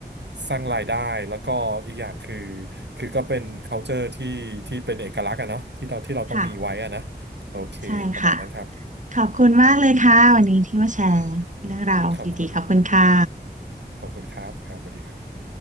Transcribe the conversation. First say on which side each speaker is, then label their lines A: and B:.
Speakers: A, on the right; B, on the right.
A: สร้างรายได้แล้วก็อีกอย่างคือคือก็เป็น culture ที่ที่เป็นเอกลักษณ์อะเนาะที่เราที่เราต้องมีไว้อะนะ
B: ค่ะ
A: โอเคประมาณนั้นครับ
B: ใช่ค่ะ ขอบคุณมากเลยค่ะ วันนี้ที่มาแชร์เรื่องราวดีๆ
A: ขอบคุณ
B: ขอบคุณค่ะ
A: ขอบคุณครับครับสวัสดีครับ